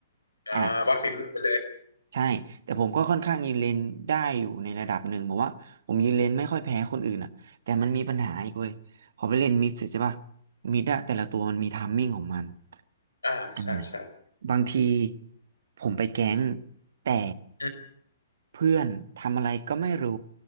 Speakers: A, on the left; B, on the right.
A: อ่าวัดฝีมือไปเลย
B: อ่ะใช่แต่ผมก็ค่อนข้างยืนเลนได้อยู่ในระดับหนึ่งบอกว่าผมยืนเลนไม่ค่อยแพ้คนอื่นอ่ะแต่มันมีปัญหาอีกเว้ยพอไปเล่นมิดเสร็จใช่ป่ะมิดอะแต่ละตัวมันมีไทัมมิ่งของมัน
A: อ่าใช่ใช่
B: อ่าบางทีผมไปแก๊งแต่
A: อืม
B: เพื่อนทำอะไรก็ไม่รู้